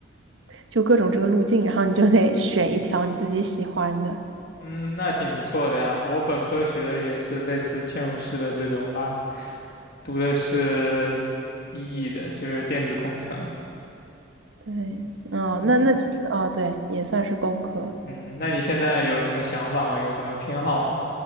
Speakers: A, on the right; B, on the left.
A: 就各种这个路径，然后你就得选一条你自己喜欢的。
B: 嗯，那挺不错的呀。我本科学的也是类似嵌入式的这种吧，读的是 EE 的，就是电子工程。
A: 对，嗯，
B: 对啊，
A: 那那其实啊，对，也算是工科。
B: 嗯，那你现在有什么想法吗？有什么偏好吗？